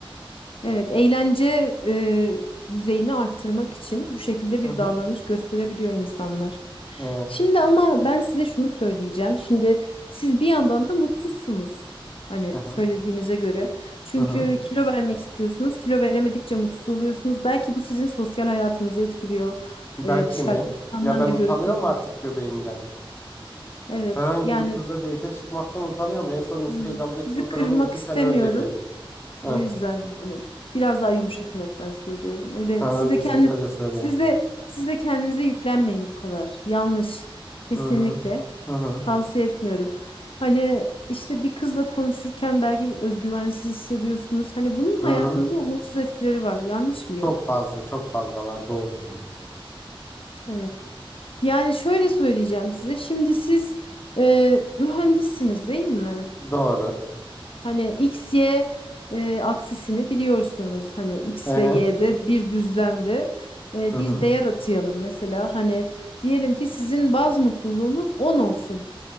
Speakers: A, on the left; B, on the left.
A: Evet, eğlence e, düzeyini arttırmak için bu şekilde
B: Hı
A: bir
B: hı.
A: davranış gösterebiliyor insanlar.
B: He,
A: Şimdi ama ben size şunu söyleyeceğim. Şimdi siz bir yandan da mutsuzsunuz. Hani
B: Hı hı.
A: söylediğinize göre. Çünkü
B: Hı hı.
A: kilo vermek istiyorsunuz. Kilo veremedikçe mutsuz oluyorsunuz. Belki bu sizin sosyal hayatınızı etkiliyor.
B: Belki
A: Ee, dışarıda
B: mi?
A: insanlarla
B: Ya ben utanıyorum
A: görüşemiyorsunuz.
B: artık göbeğimden.
A: Evet,
B: Herhangi
A: yani
B: bir kızla date'e çıkmaktan utanıyorum. En son Instagram'daki
A: hani sizi
B: fotoğrafım
A: kırmak
B: iki
A: istemiyorum.
B: sene önceki. Hı.
A: O yüzden hani biraz daha yumuşatarak ben söylüyorum. Öyle
B: Sen
A: siz
B: öyle,
A: de kendi
B: siz öyle söyleyin.
A: siz de siz de kendinize yüklenmeyin bu kadar. Yanlış. Kesinlikle
B: Hı hı. Hı hı.
A: tavsiye etmiyorum. Hani işte bir kızla konuşurken belki özgüvensiz hissediyorsunuz. Hani bunun
B: Hı
A: hayatınıza
B: hı.
A: olumsuz etkileri var. Yanlış mıyım?
B: Çok fazla, çok fazla var. Doğrusunuz.
A: Evet. Yani şöyle söyleyeceğim size. Şimdi siz e, mühendissiniz değil mi?
B: Doğru.
A: Hani X, Y e, aksisini biliyorsunuz. Hani X
B: Hı hı.
A: ve Y'de bir düzlemde e,
B: Hı hı.
A: bir değer atayalım mesela. Hani diyelim ki sizin baz mutluluğunuz 10 olsun.